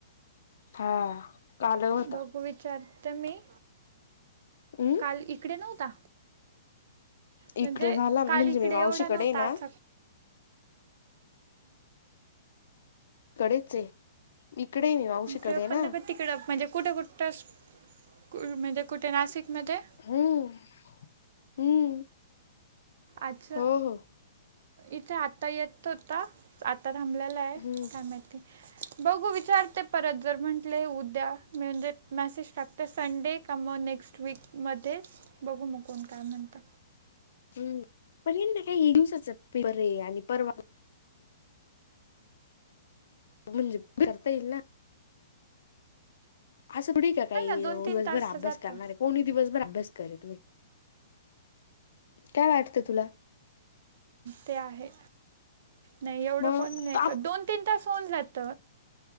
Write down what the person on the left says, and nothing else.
हा कालं लय होता.
अम
इकडे
झाला म्हणजे
मी मावशीकडे
आहे ना
इकडेच ये इकडे, मी मावशी
कडे
ना.
हम्म! हम्म!
हो हो
हम्म
<inaudible>
हम पण हे ना काही, ये दिवसाचं पेपर ये आणि परवा म्हणजे, करता येईल ना. असं थोडी ये का काही,
दिवसभर
अभ्यास
करणारे. कोणी दिवस भर अभ्यास करतं होय, काय वाटतं तुला?
मग